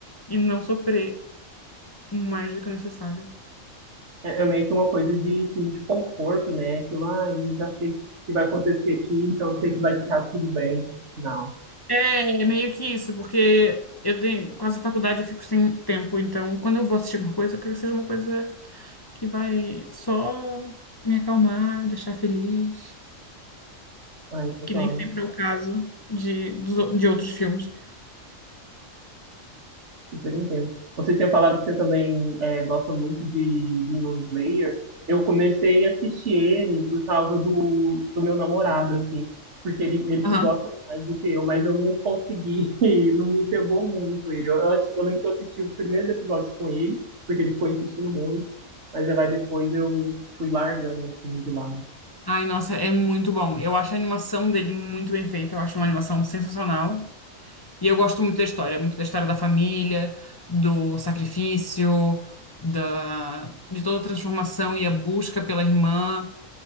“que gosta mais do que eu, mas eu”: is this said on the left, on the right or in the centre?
Right